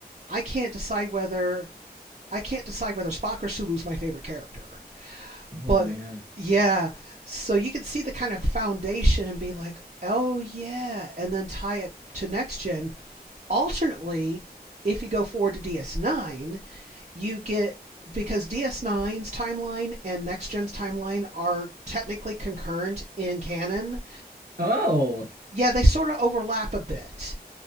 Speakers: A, on the right (about 45°); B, on the right (about 65°).
A: I can't decide whether I can't decide whether Spock or Sulu's my favorite character.
B: Oh
A: But
B: man.
A: yeah, so you can see the kind of foundation and be like, oh yeah, and then tie it to next gen. Alternately, if you go forward to DS9, you get because ds Nine's timeline and next gen's timeline are technically concurrent in canon.
B: Oh.
A: Yeah, they sort of overlap a bit.